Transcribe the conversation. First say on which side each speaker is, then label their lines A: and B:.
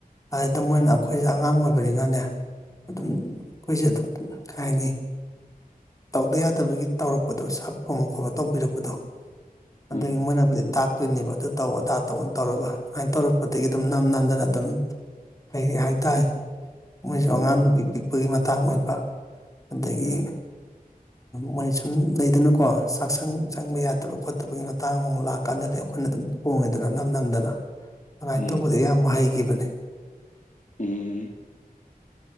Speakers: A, on the left; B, on the left.
A: ꯑꯗꯨꯗ ꯃꯣꯏꯅ ꯑꯩꯈꯣꯏꯁꯦ ꯑꯉꯥꯡ ꯑꯣꯏꯕꯅꯤꯅꯅꯦ ꯑꯗꯨꯝ ꯑꯩꯈꯣꯏꯁꯦ ꯑꯗꯨꯝ ꯀꯩꯍꯥꯏꯅꯤ ꯇꯧꯗ ꯌꯥꯗꯕꯒꯤ ꯇꯧꯔꯛꯄꯗꯣ <unintelligible> ꯇꯧꯕꯤꯔꯛꯄꯗꯣ ꯑꯗꯨꯒꯤ
B: ꯎꯝ
A: ꯃꯣꯏꯅꯕꯨꯗꯤ ꯇꯥꯛꯇꯨꯏꯅꯦꯕ ꯑꯗꯨ ꯇꯧ ꯑꯗꯥ ꯇꯧ ꯇꯧꯔꯒ ꯑꯗꯥꯏ ꯇꯧꯔꯛꯄꯗꯒꯤ ꯑꯗꯨꯝ ꯅꯝ ꯅꯝꯗꯅ ꯑꯗꯨꯝ ꯍꯩꯔꯛꯑꯦ ꯍꯥꯏꯇꯥꯔꯦ ꯃꯣꯏꯁꯨ ꯑꯉꯥꯡ
B: ꯎꯝ
A: ꯅꯨꯄꯤ ꯄꯤꯛꯄꯒꯤ ꯃꯇꯥꯡ ꯑꯣꯏꯕ ꯑꯗꯒꯤ
B: ꯎꯝ
A: ꯃꯣꯏ ꯁꯨꯝ ꯂꯩꯗꯅꯀꯣ ꯆꯥꯛꯁꯪ ꯆꯪꯕ ꯌꯥꯗꯕ ꯈꯣꯠꯇꯕꯒꯤ ꯃꯇꯥꯡ ꯑꯃꯨꯛ ꯃꯨꯛ ꯂꯥꯛꯀꯥꯟꯗꯗꯤ ꯑꯩꯈꯣꯏꯅ ꯑꯗꯨꯝ ꯊꯣꯡꯉꯦꯗꯅ ꯅꯝ ꯅꯝꯗꯅ ꯑꯗꯨꯃꯥꯏꯅ
B: ꯎꯝ
A: ꯇꯧꯕꯗꯒꯤ ꯐꯌꯥꯝꯕ ꯍꯩꯈꯤꯕꯅꯦ
B: ꯎꯝ